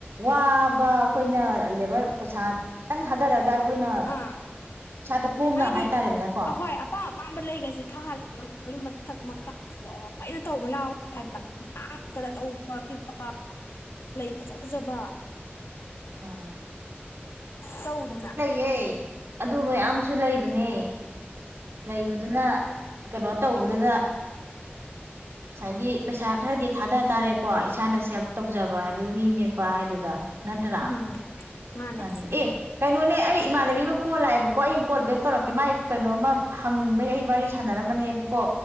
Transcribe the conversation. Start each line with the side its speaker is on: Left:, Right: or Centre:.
Right: ꯋꯥꯕ ꯑꯩꯈꯣꯏꯅ ꯂꯦꯕꯔ ꯄꯩꯁꯥ ꯈꯤꯇꯪ ꯊꯥꯗꯔꯒ ꯑꯩꯈꯣꯏꯅ
Left: ꯑꯥ
Right: ꯏꯁꯥꯗ ꯀꯣꯝꯅ
Left: ꯍꯥꯏꯗꯤ
Right: ꯍꯥꯏꯇꯥꯔꯦꯗꯅꯀꯣ
Left: ꯑꯍꯣꯏ ꯑꯄꯥꯝ ꯑꯄꯥꯝꯕ ꯂꯩꯒꯁꯦ ꯊꯥꯍꯜꯂ ꯂꯧ ꯑꯗꯨ ꯃꯊꯛ ꯃꯈꯥ ꯂꯣꯏꯅ ꯇꯧꯕ ꯌꯥꯎꯋꯦ ꯍꯥꯏꯕꯇꯗ ꯑꯆꯧꯕ ꯑꯄꯤꯛꯄ ꯂꯩ ꯐꯖ ꯐꯖꯕ
Right: ꯑꯥ
Left: ꯇꯧꯗꯅ
Right: ꯍꯦ ꯑꯗꯨ ꯃꯌꯥꯝꯁꯨ ꯂꯩꯕꯅꯦ ꯂꯩꯕꯗꯨꯅ ꯀꯩꯅꯣ ꯇꯧꯕꯗꯨꯗ ꯉꯁꯥꯏꯒꯤ ꯄꯩꯁꯥ ꯈꯔꯗꯤ ꯊꯥꯗ ꯇꯥꯔꯦꯀꯣ ꯏꯁꯥꯅ ꯁꯦꯜꯞ ꯇꯧꯖꯕ ꯍꯥꯏꯕꯗꯨꯒ ꯃꯤ ꯅꯦꯛꯄ ꯍꯥꯏꯗꯨꯒ ꯅꯠꯇ꯭ꯔꯥ
Left: ꯎꯝ ꯃꯥꯅꯦ
Right: ꯑꯗꯨꯅ ꯑꯦ ꯀꯩꯅꯣꯅꯦ ꯑꯩ ꯏꯃꯥꯟꯅꯕꯤ ꯑꯃ ꯀꯣꯜ ꯂꯥꯛꯑꯦꯕꯀꯣ ꯑꯩ ꯀꯣꯜ ꯕꯦꯛ ꯇꯧꯔꯛꯀꯦ ꯃꯥꯥꯏ ꯀꯩꯅꯣꯃ ꯍꯪꯅꯤꯡꯕꯩ ꯑꯩ ꯋꯥꯔꯤ ꯁꯥꯟꯅꯔꯝꯕꯅꯦꯕ ꯀꯣ